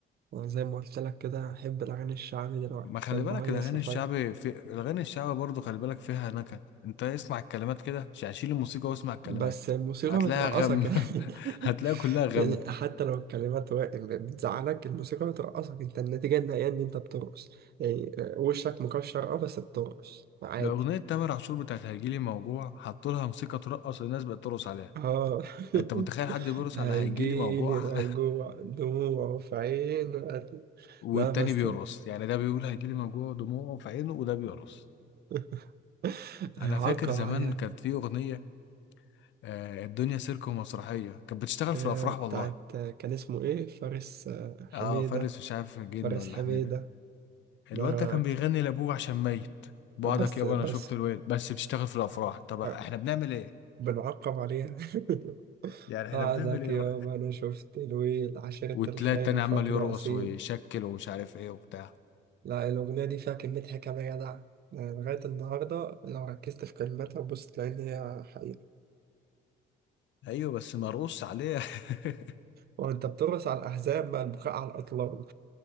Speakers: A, on the right (about 55°); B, on the left (about 65°).
A: انا زي ما قلت لك كده احب الاغاني الشعبي دلوقتي
B: ما خلي
A: احب
B: بالك
A: اهيص
B: الاغاني
A: وافرفش
B: الشعبي في الاغاني الشعبي برضو خلي بالك فيها نكد انت اسمع الكلمات كده شيل الموسيقى واسمع الكلمات
A: بس الموسيقى
B: هتلاقيها
A: بترقصك
B: غم
A: يعني
B: <laughs>
A: <laughs>
B: هتلاقيها كلها غم
A: يعني حتى لو الكلمات وا- بتزعلك الموسيقى بترقصك انت النتيجة النهائية ان انت بترقص يعني وشك مكشر اه بس بترقص عادي
B: ده أغنية تامر عاشور بتاعت هيجيلي موجوع حطوا لها موسيقى ترقص والناس بقت ترقص عليها
A: اه
B: أنت متخيل
A: <laughs>
B: حد بيرقص
A: هيجيلي
B: على هيجيلي موجوع
A: موجوع
B: <laughs>
A: دموعه في عينه
B: والتاني
A: لا بس
B: بيرقص يعني ده بيقول هيجيلي موجوع دموعه في عينه وده بيرقص
A: <laughs> هيعقب
B: أنا فاكر زمان
A: عليها
B: كانت في أغنية آه الدنيا سيرك ومسرحية كانت بتشتغل
A: آه،
B: في الأفراح
A: بتاعت
B: والله
A: آه، كان اسمه ايه فارس آه، حميدة
B: أه فارس مش عارف جن
A: فارس
B: ولا
A: حميدة
B: حميدة الواد
A: ده
B: ده كان
A: كان
B: بيغني لأبوه عشان ميت بعدك
A: بس
B: يابا
A: بس
B: أنا شفت الواد بس بتشتغل في الأفراح طب إحنا
A: آه،
B: بنعمل إيه؟
A: بنعقب عليها <laughs>
B: يعني إحنا
A: قعدك
B: بنعمل إيه؟
A: يوم انا شفت الويل عشيرة
B: والتلاقي
A: الخاين
B: التاني
A: وفاكر
B: عمال يرقص
A: اصيل
B: ويشكل ومش عارف إيه وبتاع
A: لا الاغنية دي فيها كمية حكمة يا جدع يعني لغاية النهاردة لو ركزت في كلماتها بص تلاقي إن هي حقيقة
B: ايوه بس مرقص عليه <laughs>
A: وأنت بترقص على الأحزاب مع البكاء على الأطلال